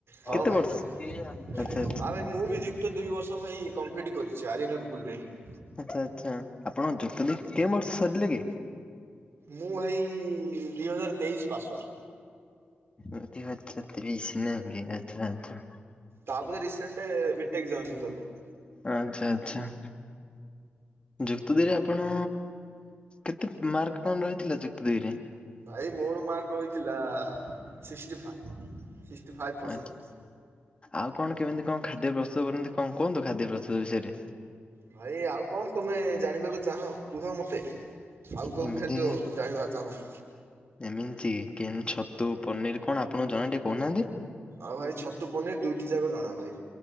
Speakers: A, on the right; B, on the left.
A: ହଁ
B: କେତେ
A: ଭାଇ
B: ବର୍ଷ ଆଚ୍ଛା ଆଚ୍ଛା
A: ହଁ ଭାଇ ମୁଁ ବି ଯୁକ୍ତ ଦୁଇ ବର୍ଷ ଭାଇ କମ୍ପ୍ଲିଟ୍ କରିୁଚି। ସେଇ ଆରାୟାନ୍ ଗରୁକୁଲ ରେ ହିଁ।
B: ଆଚ୍ଛା ଆଚ୍ଛା ଆପଣଙ୍କ ଯୁକ୍ତ ଦୁଇ କେଉଁ ବର୍ଷ ସରିଲେ କି?
A: ମୁଁ ଭାଇ ଦି ହଜାର ତେଇଶି ପାଶର।
B: ଆଛା ଆଛା ଦି ହଜାର ତେଇଶ ନେଇକି ଆଚ୍ଛା ଆଛା।
A: ତାପତ ରିସେଣ୍ଟଲି ବିଟେକ୍ ଜଏନ କଲି।
B: ଆଚ୍ଛା ଆଚଛା। ଯୁକ୍ତ ଦୁଇରେ ଆପଣ କେତେ ମାର୍କ କଣ ରହିଥିଲା ଯୁକ୍ତ ଦୁଇରେ?
A: ଭାଇ ମୋର ମାର୍କ ରହିଥିଲା ସିକ୍ସଟି ଫାଇଭ୍ ସିକ୍ସଟି ଫାଇଭ୍ ପରସେଣ୍ଟେ।
B: ଆଚ୍ଛା ଆଉ କଣ କେମିତି କଣ ଖାଦ୍ୟ ପ୍ରସ୍ତୁତ କରନ୍ତି କଣ କୁହନ୍ତୁ ଖାଦ୍ୟ ପ୍ରସ୍ତୁତ ବିଷୟରେ?
A: ଭାଇ ଆଉ କଣ ତମେ ଜାଣିବାକୁ ଚାହ କୁହ ମତେ? ଆଉ କୋଉ
B: ଏମିତି
A: ଖାଦ୍ୟ ଜାଣିବାକୁ ଚାହୁଁଚ?
B: ଏମିତି କେନ୍ ଛତୁ ପନିର କଣ ଆପଣଙ୍କୁ ଜଣା ଟିକେ କହୁନାହାନ୍ତି?
A: ଆଉ ଭାଇ ଛତୁ ପନିର ଦୁଇଟି ଯାକ ଜଣା ଭାଇ।